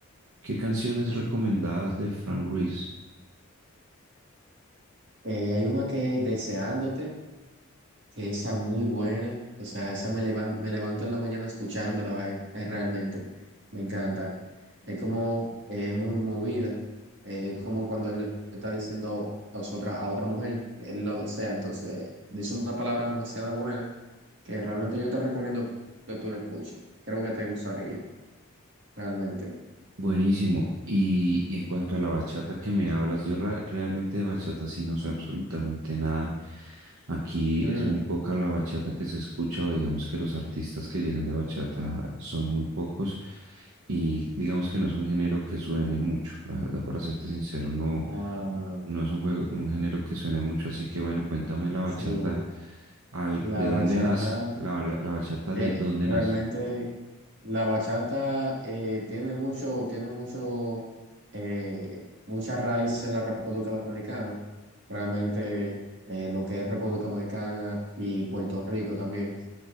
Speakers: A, on the right; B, on the right.
A: ¿Qué canciones recomendadas de Frank Ruiz?
B: Eh, hay una que Deseándote, que esa muy buena, o sea, esa me levan- me levanto en la mañana escuchándolo, eh, es realmente, me encanta. Es como eh, muy movida, eh, es como cuando él le está diciendo a, os- otra, a otra mujer que él lo desea, entonces dice una palabra demasiado buena que realmente yo te recomiendo que tú la escuches, creo que te gustaría, realmente.
A: Buenísimo. Y, y en cuanto a la bachata que me hablas, yo ra- realmente de bachata sí no sé absolutamente nada. Aquí
B: Mm,
A: es muy poca la bachata que se escucha o digamos que los artistas que llegan de bachata son muy pocos y digamos que no es un género que suene mucho. La verdad, para serte sincero, no,
B: ah,
A: no es un juego, un género que suene mucho. Así que bueno, cuéntame la bachata,
B: Sí,
A: al, ¿de
B: la bachata,
A: dónde nace? La, la la bachata,
B: eh,
A: ¿de dónde
B: realmente
A: nace?
B: la bachata eh, tiene mucho, tiene mucho, eh, mucha raíz en la República Dominicana. Realmente eh, lo que es República Dominicana y Puerto Rico también